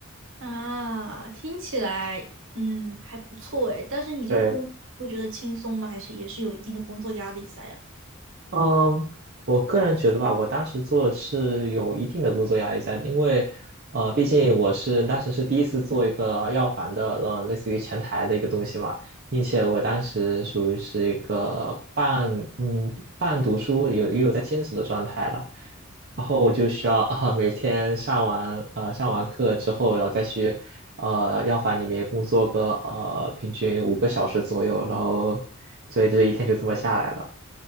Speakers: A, on the right; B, on the right.
A: 啊，听起来嗯还不错哎，但是你这个工作会觉得轻松吗？
B: 对，
A: 还是也是有一定的工作压力在呀？
B: 嗯，我个人觉得吧，我当时做的是有一定的工作压力在，因为呃，毕竟我是当时是第一次做一个药房的呃，类似于前台的一个东西嘛，并且我当时属于是一个半嗯半读书，有也有在兼职的状态了。然后我就需要啊、<laughs> 呃每天上完呃上完课之后，然后再去呃药房里面工作个呃平均五个小时左右，然后所以这一天就这么下来了。